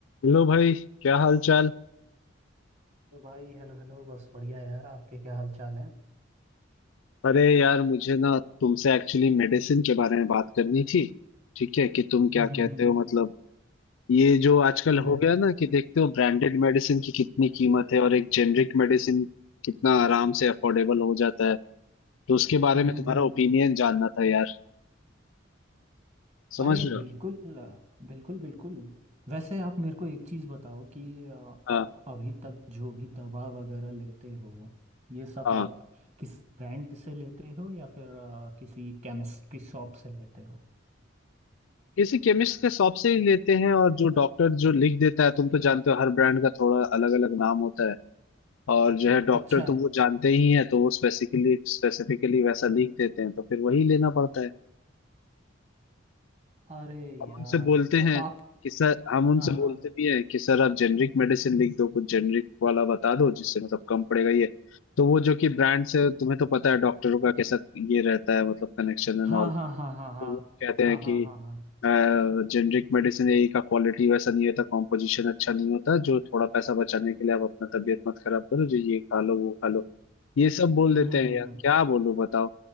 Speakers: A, on the left (about 80°); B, on the right (about 35°).
A: Hello भाई क्या हाल चाल
B: Hello भाई Hello hello बस बढ़िया यार आपके क्या हाल चाल है
A: अरे यार मुझे ना तुमसे एक्चुअली मेडिसिन के बारे में बात करनी थी ठीक है कि तुम क्या
B: हम्म
A: कहते
B: हम्म
A: हो
B: हम्म
A: मतलब ये जो आजकल
B: हम्म
A: हो गया ना कि देखते हो ब्रांडेड मेडिसिन की कितनी कीमत है और एक जेनरिक मेडिसिन कितना आराम से अफोर्डेबल हो जाता है तो उसके बारे
B: हम्म
A: में
B: हम्म,
A: तुम्हारा
B: हम्म।
A: ओपिनियन जानना था यार समझ
B: अरे
A: रहे
B: बिल्कुल
A: हो
B: बिल्कुल बिल्कुल वैसे आप मेरे को एक चीज़ बताओ कि अ,
A: हाँ
B: आप अभी तक जो भी दवा वगैरह लेते हो ये सब
A: हाँ
B: आप किस ब्रांड से लेते हो या फिर अ, किसी केमिस्ट्री शॉप से लेते हो
A: किसी केमिस्ट के शॉप से ही लेते हैं और जो डॉक्टर जो लिख देता है तुम तो जानते हो हर ब्रांड का थोड़ा अलग अलग नाम होता है और जो है डॉक्टर
B: अच्छा
A: तो वो जानते ही हैं तो वो स्पेसिफिकली स्पेसिफिकली वैसा लिख देते हैं तो फिर वही लेना पड़ता है
B: अरे
A: हम
B: यार
A: उनसे बोलते
B: तो
A: हैं
B: आप
A: कि सर हम उनसे
B: हाँ
A: बोलते
B: हाँ
A: भी हैं कि सर आप जेनरिक मेडिसिन लिख दो कुछ जेनरिक वाला बता दो जिससे मतलब कम पड़ेगा ये तो वो जो कि ब्रांड से तुम्हें तो पता है डॉक्टरों का कैसा ये रहता है मतलब कनेक्शन एंड
B: हाँ
A: ऑल
B: हाँ हाँ हाँ
A: तो
B: हाँ
A: वो कहते
B: हाँ
A: हैं कि
B: हाँ हाँ हाँ हाँ,
A: जेनरिक मेडिसिन यही का क्वालिटी वैसा नहीं होता कॉम्पोजिशन अच्छा नहीं होता जो थोड़ा पैसा बचाने के लिए आप अपना तबीयत मत खराब करो जो ये खा लो वो खा लो ये सब बोल
B: हम्म
A: देते
B: हम्म
A: हैं
B: हम्म
A: यार क्या बोलूं बताओ